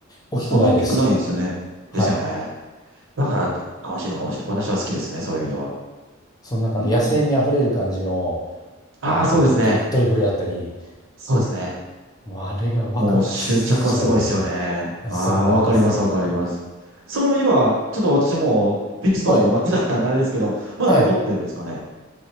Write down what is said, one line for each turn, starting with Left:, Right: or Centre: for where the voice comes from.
Left: 大きくないです。
Right: そんな大きくないですよね。
Left: はい。
Right: ですよね。だから悲しいのかもしれない。私は好きですね、そういう意味では。
Left: その中の野生味あふれる感じの、
Right: うん。ああ、
Left: あの、
Right: そうですね。
Left: ドリ、ドリブルだったり、
Right: そうですね。
Left: もうあれがワクワクしてたんですよね。
Right: もう執着はすごいですよね。ああ、
Left: そうなんですよ。
Right: わかります、わかります。その今、ちょっと私はもうピストンズが負けだったんであれですけど、
Left: はい。
Right: まだ残ってるんですかね。
Left: はい。